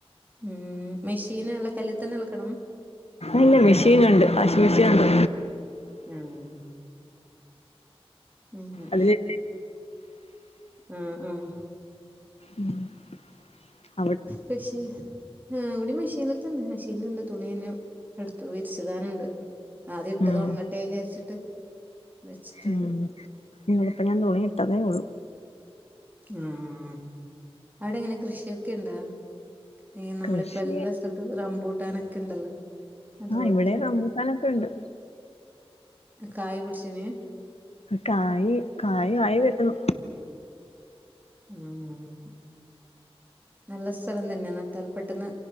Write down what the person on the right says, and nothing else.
ഉം മെഷീൻ അല്ല കല്ലി തന്നെ അലക്കണം
ആം ഉഹും
ആഹ് ആഹ്
പക്ഷെ ആഹ് ഇവിടി മെഷീനിൽ തന്നെ മെഷീനിൽണ്ട് തുണില്ലാം എടുത്തു വിരിച്ചിടാനുണ്ട് അത് ഇട്ടത്
ഒണങ്ങട്ടെ വിചാരിച്ചിട്ട് വെച്ചിട്ടുണ്ട്
ആഹ് അവിടെ എങ്ങനെ കൃഷിയൊക്കെ ഇണ്ടാ ഈ നമ്മളിപ്പോ
എല്ലാം ചെലപ്പോ റമ്പൂട്ടാനൊക്കെ ഇണ്ടല്ലോ അതുപോലത്തെ
കായ് പുടിച്ചിനി
ഉം നല്ല സ്ഥലം തന്നെയാണ് നട്ടാൽ പെട്ടെന്ന്